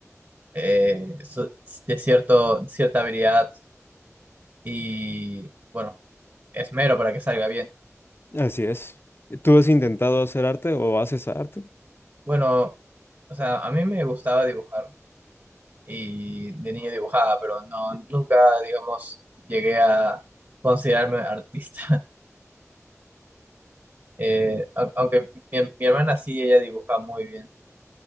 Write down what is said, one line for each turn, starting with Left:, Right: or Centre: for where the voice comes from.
Right: eh, su- de cierto, cierta habilidad y, bueno, esmero para que salga bien.
Left: Así es. ¿Tú has intentado hacer arte o haces arte?
Right: Bueno, O sea, a mí me gustaba dibujar y de niño dibujaba, pero no, nunca, digamos, llegué a considerarme artista. <laughs> Eh, au- aunque mi, mi hermana sí, ella dibuja muy bien.